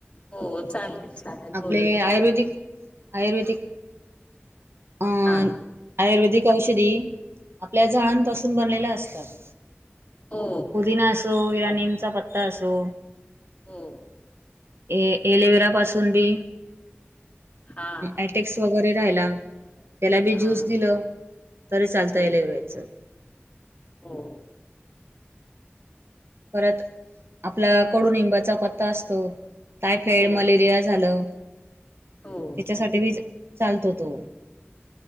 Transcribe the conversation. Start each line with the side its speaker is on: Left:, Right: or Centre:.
Left: हो चालेल चालेल
Right: आपले
Left: बोलूयात
Right: आयुर्वेदिक आयुर्वेदिक अं
Left: हा.
Right: आयुर्वेदिक औषधी आपल्या झाडां पासून बनलेल्या असतात.
Left: हो
Right: पुदिना अस असो या नीमचा पत्ता असो
Left: हो
Right: ए एलेवेरा पासून बी
Left: हा
Right: एटेक्स वगैरे राहायला. त्याला बी
Left: हा
Right: ज्यूस दिलं, तरी चालता
Left: हो
Right: एलोवेराचं.
Left: हो
Right: परत आपला कडूनींबाचा पत्ता असतो. टायफाईड,
Left: हो
Right: मलेरिया झालं
Left: हो
Right: त्याच्यासाठी
Left: हो
Right: बी चालतो तो.